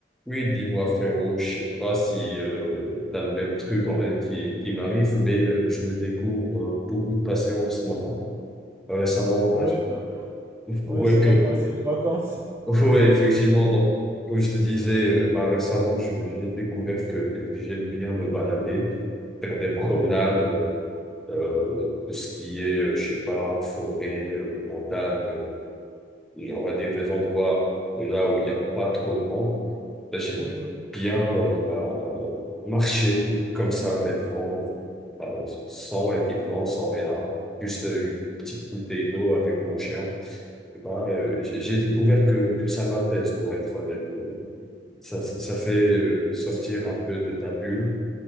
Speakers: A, in the centre; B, on the right (about 15°).
A: Oui, dis-moi frérot, je sais pas si euh, t'as le même truc en vrai qui, qui m'arrive, mais euh, je me découvre euh, beaucoup de patients en ce moment. Euh, Récemment, bah,
B: Ouais, bah, ouais,
A: ouais,
B: c'est
A: <laughs> que,
B: normal, c'est les vacances.
A: ouais, effectivement, donc, comme je te disais, euh, bah, récemment, je- j'ai découvert que, que j'aime bien me balader, faire des promenades,
B: Ouais,
A: euh, euh, tout ce qui est, euh, je sais pas, forêt, euh, montagne. Et on va dire des endroits là où il n'y a pas trop de monde. Là, j'aime
B: ouais, ouais.
A: bien euh, bah, euh, marcher tout comme ça, bêtement, euh, bah, sans équipement, sans rien. Juste euh, une petite bouteille d'eau avec mon chien. Et bah, euh, j'ai j'ai découvert que, que ça m'apaise, pour être honnête. Euh, Ça, ça, ça fait euh, sortir un peu de ta bulle